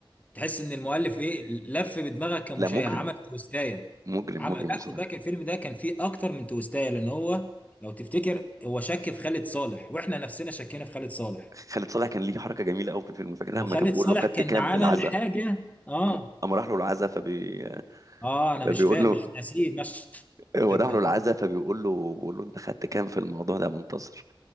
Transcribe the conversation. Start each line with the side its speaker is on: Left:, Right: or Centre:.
Left: تحس ان المؤلف ايه لف بدماغك كمشاهد
Right: لا مجرم
Left: عمل تويستايه
Right: مجرم
Left: عم...
Right: مجرم
Left: لا
Right: بصراحه
Left: خد بالك الفيلم ده كان فيه اكتر من تويستايه لان هو لو تفتكر هو شك في خالد صالح واحنا نفسنا شكينا في خالد صالح
Right: خالد صالح كان ليه حركه جميله قوي في الفيلم فاكرها
Left: وخالد
Right: لما كان بيقول
Left: صالح
Right: له خدت
Left: كان
Right: كام
Left: عمل
Right: في العزاء
Left: حاجه اه
Right: أما أما راح له العزاء فبي...
Left: اه انا
Right: فبيقول
Left: مش فاهم
Right: له
Left: مش ناسيه المشهد
Right: هو راح
Left: ده
Right: له العزاء فبيقول له بيقول له انت خدت كام في الموضوع ده يا منتصر